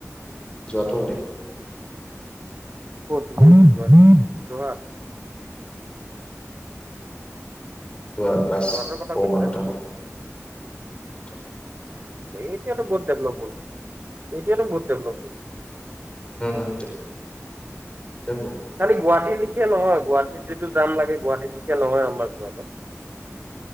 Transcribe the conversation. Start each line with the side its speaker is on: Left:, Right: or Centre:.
Left: যোৰহাটৰ দৰে।
Right: <inaudible>
Left: <unintelligible> ক্লাছ
Right: যোৰহাটৰ কথা
Left: <unintelligible>
Right: কৈছা
Left: মানত থাকো <inaudible>
Right: এতিয়াটো বহুত ডভলপ এতিয়াটো বহুত ডেভলপ হৈ
Left: উম উম, <inaudible>
Right: খালি গুৱাহাটীৰ লিখিয়া নহয়। গুৱাহাটীত যিটো যাম লাগে গুৱাহাটীত লিখিয়া নহয় আমাৰ যোৰহাটত।